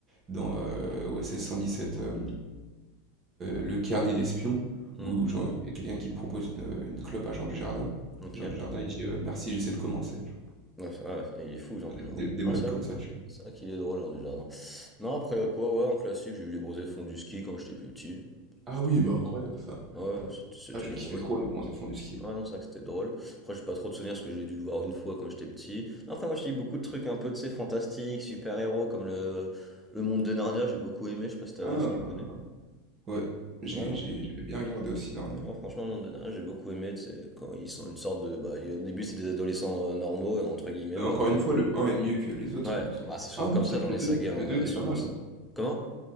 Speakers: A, on the right; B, in the centre.
A: dans euh, OSS 117. heu, Le Carnet d'Espions,
B: Hmm,
A: où genre il y a quelqu'un qui propose, heu, une clope à Jean Dujardin.
B: ok.
A: Jean Dujardin, il dit, heu: «Merci, j'essaie de commencer», tu
B: Ouais, ça- ah ouais, ça- il est fou, Jean
A: vois?
B: Dujardin.
A: Des des des
B: Ah,
A: blagues
B: c'est
A: comme
B: vrai que-
A: ça, tu vois?
B: c'est vrai qu'il est drôle, Jean Dujardin. Non, après, à quoi, ouais, en classique, j'ai vu les bronzés fonds du ski quand j'étais plus petit.
A: Ah
B: C'était
A: oui,
B: drôle.
A: bah, incroyable ça.
B: Ouais, non, c'était c'était
A: Ah, je
B: drôle.
A: kiffais trop les Bronzés fond du ski.
B: Ah non, c'est vrai que c'était drôle. Après, j'ai pas trop de souvenirs parce que j'ai dû le voir une fois quand j'étais petit. Enfin, moi, je lis beaucoup de trucs un peu, tu sais, fantastiques, super-héros, comme le, le monde de Narnia, j'ai beaucoup aimé, je sais pas si, t'as-
A: Ah!
B: si tu connais.
A: Ouais, j'ai
B: Ouais, non.
A: j'ai j'avais bien regardé aussi Narnia.
B: Ouais, franchement, le monde de Narnia, j'ai beaucoup aimé, tu sais, quand ils sont une sorte de... Bah, au début, c'est des adolescents euh, normaux, et entre guillemets,
A: Bah,
B: bah
A: encore
B: après...
A: une fois, le un est mieux que les autres,
B: Ouais,
A: il me semble.
B: bah c'est souvent
A: Ah non,
B: comme
A: c'est
B: ça
A: vrai
B: dans
A: que
B: les
A: le deux
B: sagas,
A: était le
B: hein,
A: 2 était
B: euh, souvent...
A: pas mal,
B: c'est-
A: hein.
B: Comment?